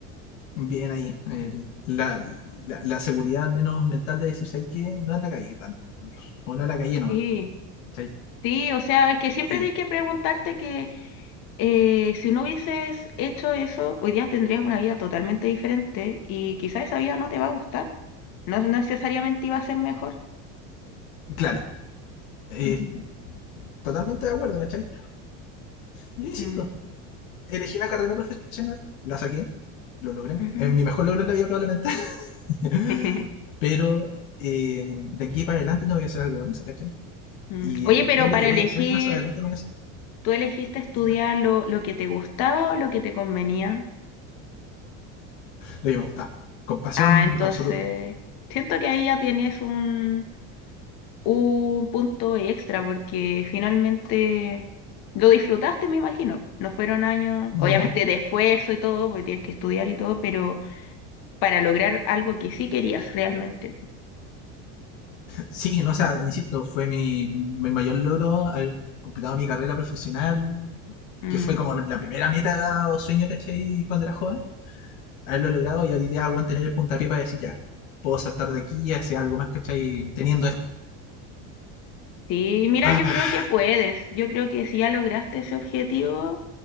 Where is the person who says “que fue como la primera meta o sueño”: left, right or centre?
Left